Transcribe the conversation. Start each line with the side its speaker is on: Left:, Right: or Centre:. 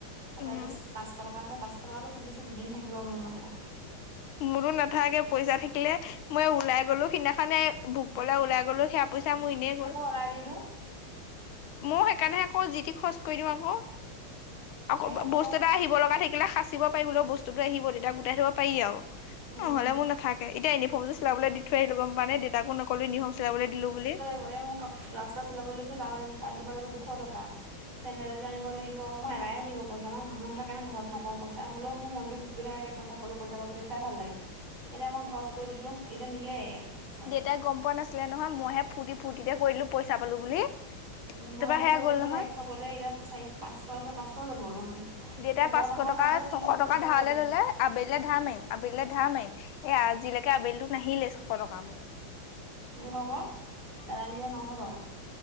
Right: তাৰপৰা
Left: উম
Right: এতিয়া পাঁচশ টকা আছে, পাঁচশ টকাটো খুব বেছি দুদিন থাকিব মোৰ মতে।
Left: মোৰো নাথাকে, পইচা থাকিলে মই ওলাই গ'লো, সিদিনাখানে ভোক পালাই ওলাই গ'লো। সেয়া পইচা মোৰ এনেই গ'ল।
Right: খৰাৰিৰো।
Left: মই সেইকাৰণে আকৌ, যিটি খৰচ কৰি দিওঁ আকৌ।
Right: তাকে
Left: আকৌ
Right: সিহঁতৰ
Left: ব-বস্তু এটা আহিব লগা থাকিলে সাঁচিব পাৰি বোলও, বস্তুটো আহিব তেতিয়া গোটাই থ'ব পাৰি আৰু।
Right: উম
Left: নহ'লে মোৰ নাথাকে, এতিয়া ইউনিফৰ্মটো চিলাবলৈ দি থৈ আহিলোঁ, গ'ম পোৱানে দেউতাকো ন কলোঁ ইউনিফৰ্ম চিলাবলৈ দিলোঁ বুলি।
Right: অ' এ, মোৰ ব্লাউজ এটা চিলাব লৈছো তাত আ, তাত দিব লাগিব দুশ টকা চেন্দেল এযোৰ আনিব লাগিব, মই এডাই হৈ থাকিব পইচা, মই মইহতৰ কাৰণে ঘৰত নকওঁ, পইচা হ'লেও মোৰ মনটো খুটখুতাই থাকে পইচা অলপ পইচা পাতো দেখুৱাই ভাল লাগে, এতিয়া মই ঘৰত কৈ দিলোঁ, এতিয়া নিলেই এক চ।
Left: তাই গ'ম পোৱা নছিলে নহয়, মইহে ফুৰ্তি ফূ্তিতে কৰিলো পইচা পালোঁ বুলি, তাৰপা
Right: মই এতিয়া
Left: সেয়া
Right: কৈ
Left: গ'ল
Right: দিলোঁ
Left: নহয়।
Right: এতিয়া একশ গ'লে, এতিয়া চাৰি, পাঁচশ আছে পাঁচশও যাবগে মোৰ।
Left: দেউতাই
Right: নকওঁ
Left: পাঁচশ
Right: নকওঁ
Left: টকা
Right: ভাবোঁ
Left: ছশ
Right: কিন্তু ফূৰ্তিতে
Left: টকা ধাৰলৈ
Right: কৈ দিওঁ
Left: ললে আবেলৈ ধাৰ মাৰিম, আবেলি ধাৰ মাৰিম, এই আজিলৈকে আবেলিটো নাহিলে ছশটকা মোৰ।
Right: মোৰ আকৌ দাদা নিলে নশ টকা।